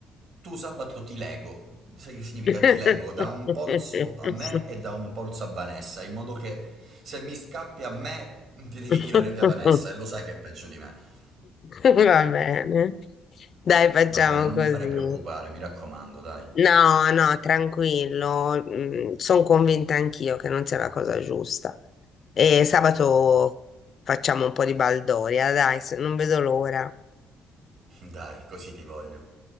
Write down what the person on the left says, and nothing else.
<laughs>
<laughs>
Va bene. Dai, facciamo
così.
No, no, tranquillo. sono convinta anch'io che non sia la cosa giusta. E sabato facciamo un po' di baldoria, dai, se- non vedo l'ora.